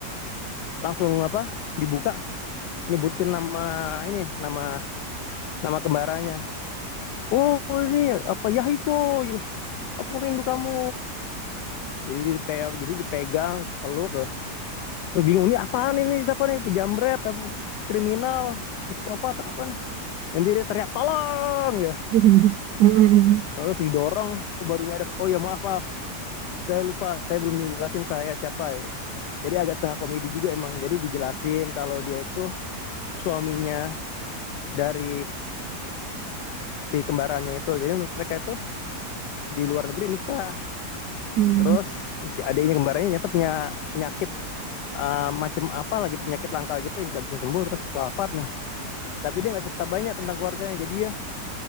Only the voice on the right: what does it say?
hmm, hmm,
hmm,